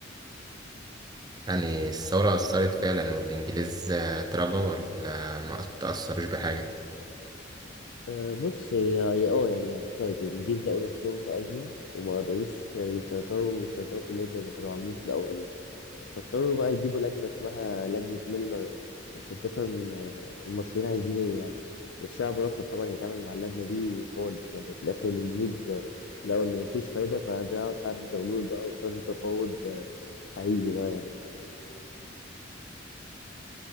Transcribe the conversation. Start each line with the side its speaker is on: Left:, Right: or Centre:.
Right: يعني الثوره اثرت فعلا والانجليز آه، اتراجعوا ولا ما تاثروش بحاجه
Left: أه بص هي هي اه يعني الصيد الجيش لقوا نفسهم في أزمة وما قدروش يسيطروا وسيطروا كلها زي ما كانوا عاملين في الأول يعني فاضطروا بقى يجيبوا لجنة اسمها لجنة ميلنر عشان تفهم آه، المصريين عايزين ايه يعني والشعب رفض طبعا يتعامل مع اللجنة دي خالص يعني في الآخر الإنجليز آه، لقوا إن مفيش فايدة فرجعوا سعد زغلول بقى وابتدوا تفاوض آه، حقيقي بقى يعني